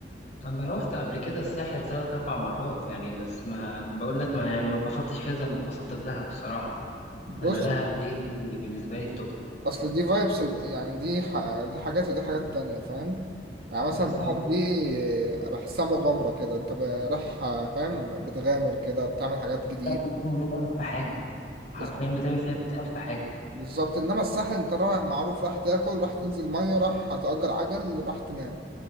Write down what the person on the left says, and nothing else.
انا روحت قبل كده الساحل ثلاث اربع مرات يعني بس ما بقول لك ما يعني ما اتبسطتش فيها زي ما اتبسطت في دهب الصراحة
انا دهب دي بالنسبة لي التوب
بالظبط
بتعمل فيها 100000 حاجة حرفيا
بتعمل فيها 100000 حاجة